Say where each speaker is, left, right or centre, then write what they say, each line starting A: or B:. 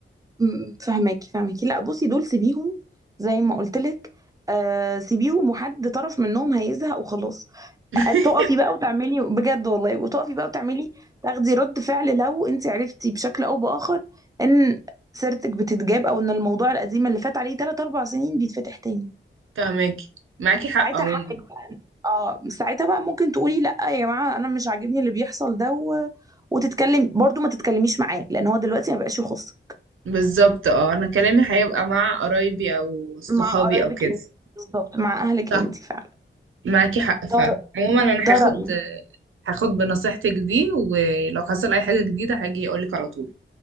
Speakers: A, on the right; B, on the right.
A: م- فهماكي فهماكي لا بصي دول سيبيهم زي ما قلت لك آه سيبيهم وحد طرف منهم هيزهق وخلاص
B: <laughs>
A: آه، تقفي بقى وتعملي بجد والله وتقفي بقى وتعملي تاخدي رد فعل لو انت عرفتي بشكل او باخر ان سيرتك بتتجاب او ان الموضوع القديم اللي فات عليه 3 4 سنين بيتفتح تاني
B: فاهماكي معاكي حق
A: ساعتها
B: عموما
A: حقك بقى اه ساعتها بقى ممكن تقولي لا يا جماعه انا مش عاجبني اللي بيحصل ده و... وتتكلم برضو ما تتكلميش معاه لان هو دلوقتي ما بقاش يخصك
B: بالظبط اه انا كلامي هيبقى مع قرايبي او صحابي
A: مع قرايبك
B: او كده
A: انت بالظبط مع اهلك
B: صح
A: انت فعلا
B: معاكي حق فعلا
A: ده
B: عموما انا
A: ده
B: هاخد
A: رأيي
B: هاخد بنصيحتك دي ولو حصل اي حاجة جديدة هاجي اقولك على طول